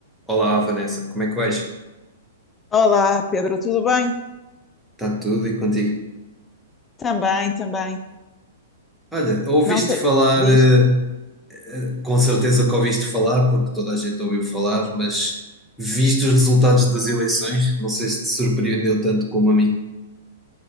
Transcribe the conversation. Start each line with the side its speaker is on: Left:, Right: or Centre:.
Centre: Olá, Vanessa, como é que vais?
Left: Olá, Pedro, tudo bem?
Centre: Está tudo e contigo?
Left: Também, também.
Centre: Olha, ouviste
Left: Não sei,
Centre: falar,
Left: diz.
Centre: eh, eh, com certeza que ouviste falar, porque toda a gente ouviu falar, mas viste os resultados das eleições? Não sei se te surpreendeu tanto como a mim.